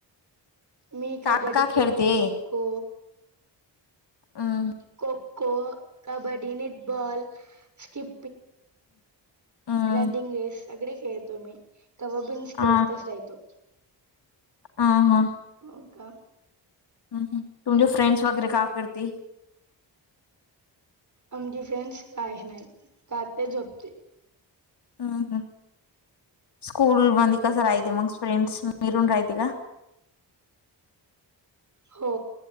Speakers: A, on the right; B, on the left.
A: मी कबड्डी
B: काका
A: खेळतो,
B: खेळते
A: खो खो.
B: हम्म
A: खो खो, कब्बडी, निटबॉल स्कीिप.
B: हम्म
A: रेडिंग रेस सगडे खेळतो, कवबिंग्स खेळतो.
B: आ
A: खेळतो.
B: हा हा
A: हो का
B: हम तुमचे फ्रेंड्स वगैरे का करती?
A: आमची फ्रेंड्स काही नाहीत खाते झोपते.
B: हम् हम् स्कूल मध्ये कस राहते मग फ्रेंडस मध्ये रायते का?
A: हो